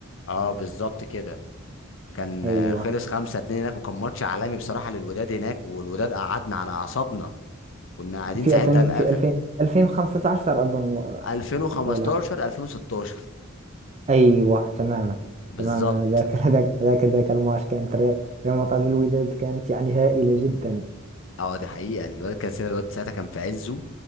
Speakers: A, on the left; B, on the right.
A: اه بالظبط كده كان
B: أيوة
A: آه، خلص 5-2 هناك وكان ماتش عالمي بصراحه للوداد هناك والوداد قعدنا على اعصابنا كنا قاعدين
B: في
A: ساعتها
B: 2000
A: لآخر-
B: في 2000 2015 أظن و-
A: 2015
B: ولا
A: 2016
B: أيوه تماما
A: بالظبط
B: تماما أنا ذاكر <laughs> ذاك ذاكر ذاك الماتش كانت ري- ريمونتادا الوداد كانت يعني هائلة جدا
A: اه دي حقيقة الواد كان سنة الواد ساعتها كان في عزه